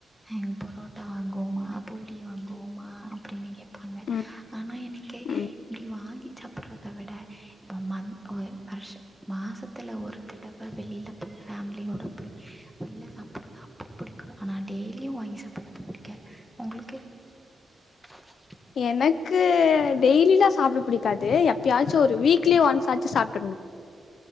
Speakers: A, in the centre; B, on the left.
A: ம் பரோட்டா வாங்குவோமா பூரி வாங்குவோமா அப்டினு கேப்பாங்க
B: ம்
A: ஆனா எனக்கே இப்டி
B: ம்
A: வாங்கி சாப்பட்றத விட எங்க மம் ஒர் வர்ஷ் மாசத்துல ஒரு தடவ வெளில போய் ஃபமிலியோட போய் ஃப்ரீயா சா சாப்பட்றது அப்டி புடிக்கு ஆனா டெய்லியு வாங்கி சாப்பட்றது புடிக்காது உங்குளுக்கு <unintelligible>
B: எனக்கு டெய்லிலா சாப்பட பிடிக்காது எப்பயாச்சு ஒரு வீக்லி ஒன்ஸ் ஆச்சு சாப்ட்டற்ணு